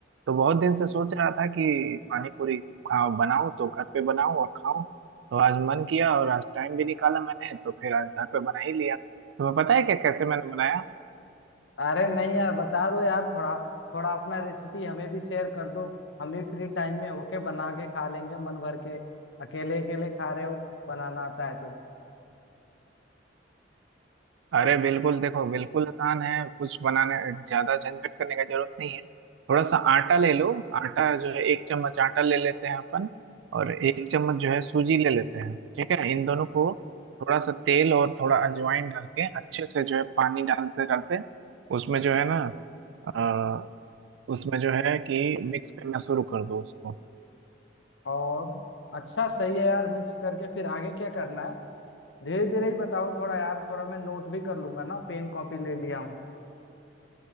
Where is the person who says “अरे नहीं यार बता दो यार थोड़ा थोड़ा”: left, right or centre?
Left